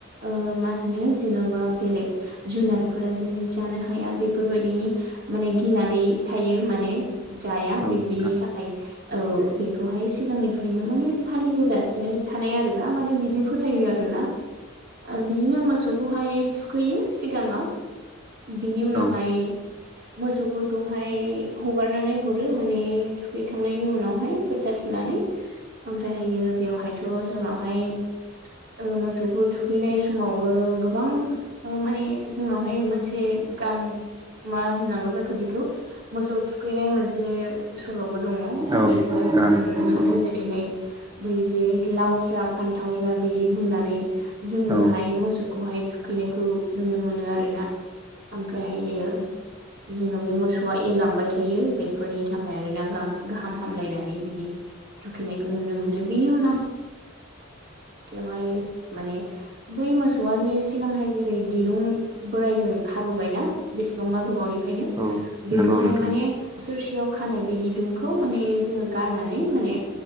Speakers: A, on the right; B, on the right.
A: ओ मा बिनो जेन'बा बेलेग जुनारफोरा जेननो जानो हाया बेफोरबायदिनि माने गिनानै थायो माने जाया
B: औ
A: बे-बेनि
B: नोंथां
A: थाखाय औ बेखौहा हाय सिगांनिफ्रायनो माने फालिबोगासिनो थानाय आरो ना माने बिदि फोथायो आरोना ओ बिदिनो मो सौखौहाय थुखैयो सिगाङाव बिनि उनावहाय
B: औ
A: मोसौफोरखौहाय हगारनानै हरो माने थुखैखांनायनि उनावहाय फोथा थुनानै ओमफ्रायहायो बेयावहायथ' जोंनावहाय ओ मोसौखौ थुखैनाय समाव ओ गोबां माने जोंनावहाय मोनसे गान मा होननांगौ जाखो बेखौ मोसौ थुखैनाय मोनसे सल'बो दङ
B: औ
A: बेखौहाय
B: गान
A: जोङो नुनो
B: सल'
A: मोनो जेरैहाय बैजे लाव जा फान्थाव जा बिदि बुंनानै जोङोहाय
B: औ
A: मोस खौहाय थुखैनायखौ नुनो मोनो आरोना ओमफ्रायहायो जेन' बे मोसौआ एरलांबाय थायो बेफोरनि थाखाय आरो ना गाम गाहाम हामलायनानै बिदि थुखैनायखौ नुनो मोनो बिनि उनाव <unintelligible> हाय माने बै मोसौआ जे सिगांहाय जेरै दिरुं बोराइजों खाबोबायना बेसेबांबा गोबावनिफ्रायनो
B: औ
A: बेखौहाय
B: नंगौ औ नंगौ नोंथां
A: माने सोरसेयाव खानाय बे ददुंखौ माने जोङो गारनानै माने